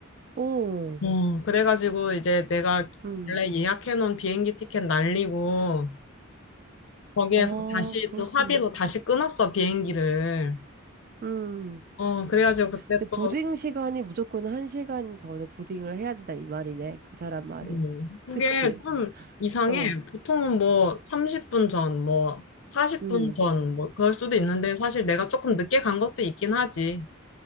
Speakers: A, on the right; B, on the left.
A: 어,
B: 어, 그래가지고 이제 내가
A: 응.
B: 원래 예약해놓은 비행기 티켓 날리고 거기에서
A: 아,
B: 다시
A: 그렇구나.
B: 또 사비로 다시 끊었어 비행기를.
A: 음.
B: 어, 그래가지고 그때
A: 근데
B: 또
A: 보딩 시간이 무조건 한시간 전에 보딩을 해야 된다 이 말이네. 그 사람 말은.
B: 음, 그게
A: 그치?
B: 좀 이상해.
A: 어,
B: 보통은 뭐 30분 전, 뭐 40분
A: 음,
B: 전, 뭐 그럴 수도 있는데 사실 내가 조금 늦게 간 것도 있긴 하지.